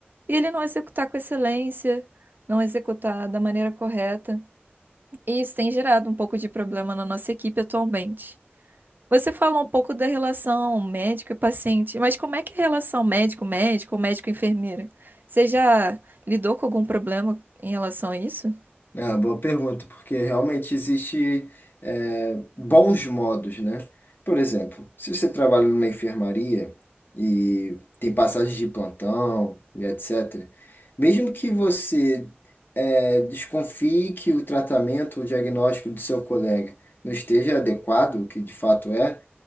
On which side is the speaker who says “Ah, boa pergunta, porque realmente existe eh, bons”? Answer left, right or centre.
Left